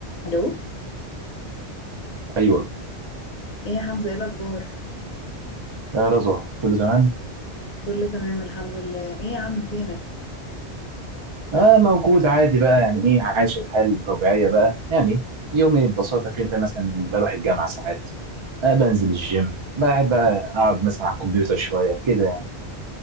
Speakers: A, on the left; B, on the right.
A: الو
B: ايوه
A: ايه يا حمزه ايه الاخبار
B: آه رضوى كله تمام
A: كله تمام الحمد لله ايه يا عم فينك
B: آه موجود عادي بقى يعني ايه عايش الحال الطبيعيه بقى يعني يومي ببساطه كده مثلا بروح الجامعه ساعات آه بنزل الجيم بحب بقى اقعد مثلا على الكمبيوتر شويه كده يعني